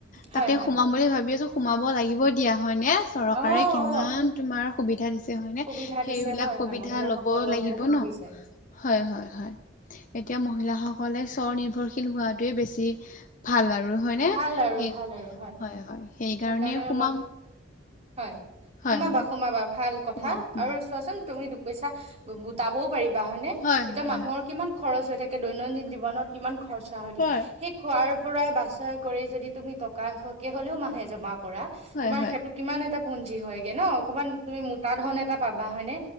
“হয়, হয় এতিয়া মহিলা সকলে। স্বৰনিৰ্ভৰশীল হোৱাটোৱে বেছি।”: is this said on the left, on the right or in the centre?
Left